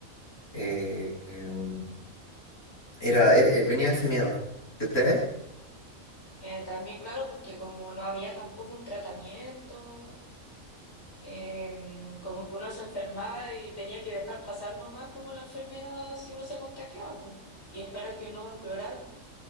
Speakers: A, on the left; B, on the left.
A: eh, em, era, e- e- venía ese miedo. ¿Y ustedes?
B: Eh, también, claro, porque como no había tampoco un tratamiento, Em, como que uno se enfermaba y tenía que dejar pasar nomás como la enfermedad si uno se contagiaba, pues, y esperar que no empeorara.